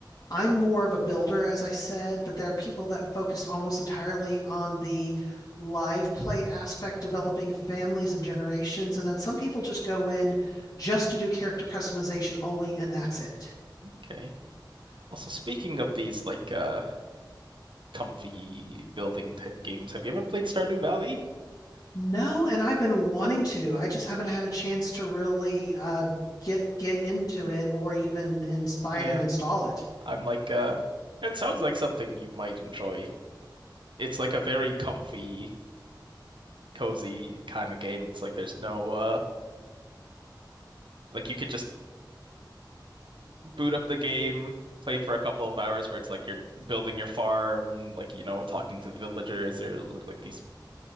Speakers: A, on the left; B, on the right.
A: I'm more of a builder, as I said, but there are people that focused almost entirely on the live play aspect, developing families and generations. And then some people just go in just to do character customization only, and that's it.
B: Okay. Also, speaking of these like uh comfy building type games, have you ever played Stardew Valley?
A: No, and I've been wanting to. I just haven't had a chance to really uh, get get into it or even inspire
B: Yeah.
A: and install it.
B: I'm like, uh, it sounds like something you might enjoy. It's like a very comfy, cozy kind of game. It's like there's no, uh, like you could just boot up the game, play for a couple of hours where it's like you're building your farm, like, you know, talking to the villagers or like these